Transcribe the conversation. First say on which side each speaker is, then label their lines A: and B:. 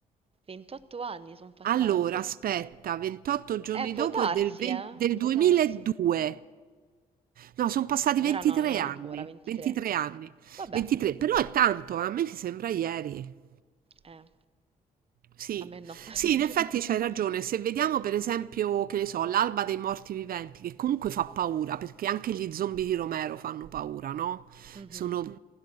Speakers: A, on the right; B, on the right.
A: 28 anni sono passati.
B: Allora, aspetta, 28 giorni
A: Eh, può
B: dopo
A: darsi,
B: è del, ve-
A: eh?
B: del
A: Può
B: 2002.
A: darsi.
B: No, sono passati 23
A: Allora no, non ancora,
B: anni,
A: 23.
B: 23 anni,
A: Vabbè,
B: 23, però è tanto, eh, a me mi sembra ieri.
A: eh,
B: Sì,
A: a me no. <laughs>
B: sì, in effetti c'hai ragione. Se vediamo per esempio, che ne so, l'alba dei morti viventi, che comunque fa paura, perché anche gli zombie di Romero fanno paura, no?
A: Mhm.
B: Sono Mhm.